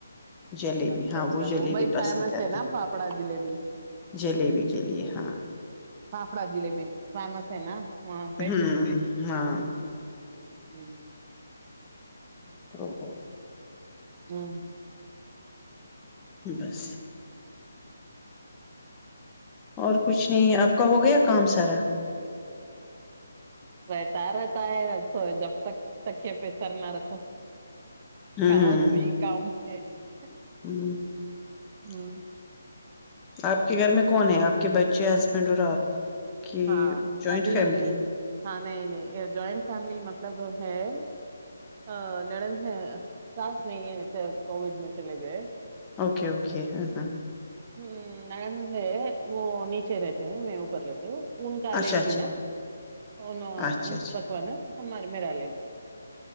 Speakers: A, on the left; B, on the right.
A: جلیبی
B: اچھا
A: ہاں
B: اچھا
A: وہ جلیبی
B: ممبئی فیمس
A: پسند کرتے
B: ہے نا پھاپڑا جلیبی
A: جلیبی کے لیے ہاں
B: فافڑا جلیبی فیمس ہے نا وہاں پہ
A: ہوں ہاں
B: <unintelligible>
A: <unintelligible>
B: <unintelligible>
A: <unintelligible> اور کچھ نہیں آپ پ کاا ہو گیا کام سارا
B: رہتا رہتا ہے س جب تک تک یہ پیسر نہ رکھو
A: ہوں
B: کاؤ
A: ہوں
B: بھی کام <unintelligible>
A: <unintelligible>
B: <unintelligible>
A: آپ کے گھر میں کون ہے آپ کے بچے ہسبینڈ اور آپ کی
B: ہاں
A: جوائنٹ
B: ابھی
A: فیملی
B: ہاں نہیں نہیں جوائنٹ فیملی مطلب ہاں ہ نڑند سانس نہیں ہے کووڈ میں چلے گئے
A: اوکے اوکے ہاں ہاں
B: ہوں نندے وہ نیچے ریتے میں اوپر رہتی ان کال
A: اچھا
B: ایک
A: اچھا
B: دن اون
A: اچھا
B: ان
A: اچھا
B: پکوان مار میں رالے دو